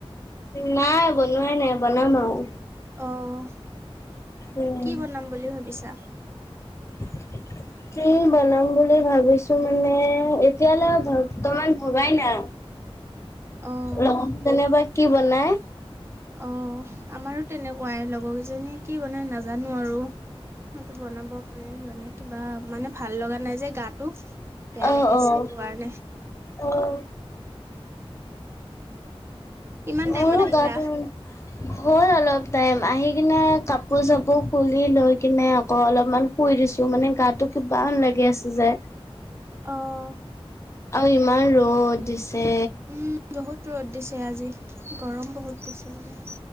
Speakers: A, on the left; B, on the right.
A: নাই বনোৱাই নাই বনাম আৰু।
B: অ'
A: উম,
B: কি বনাম বুলি ভাবিছা?
A: <inaudible> কি বনাম বুলি ভাবিছো মানে এতিয়ালৈ বৰ্তমান ভবাই নাই।
B: অঁ
A: ল যেনিবা কি বনাই
B: অ' আমাৰো তেনেকুৱাই লগৰ কেইজনীয়ে কি মানে নাজানো আৰু। মটো বনাব মনে যোৱা নাই কিবা মানে ভাল লগা নাই যে গাটো। বেয়া
A: অ',
B: লাগি
A: অ',
B: আছে এইটো কাৰণে।
A: অ',
B: কিমান
A: মোৰো
B: টাইমত আহিলা?
A: গাটো, হল আৰু অলপ টাইম আহি কিনে কাপোৰ চাপোৰ খুলি লৈ কিনে আকৌ অলপমান শুই দিছো মানে তো কি লাগি আছে যে।
B: অ'।
A: আৰু ইমান ৰ'দ দিছে।
B: উম বহুত ৰ'দ দিছে আজি গৰম বহুত দিছে মানে।